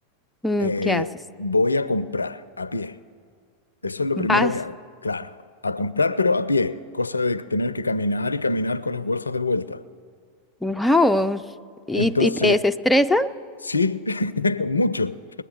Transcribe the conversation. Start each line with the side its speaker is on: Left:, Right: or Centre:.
Centre: Mm,
Left: Eh,
Centre: ¿Qué haces?
Left: voy a comprar a pie. Eso es lo
Centre: ¿Vas?
Left: primero que hago. Claro, a comprar, pero a pie. Cosa de tener que caminar y caminar con las bolsas de vuelta.
Centre: Wow, y,
Left: Entonces,
Centre: y te desestresa.
Left: sí, <laughs> mucho.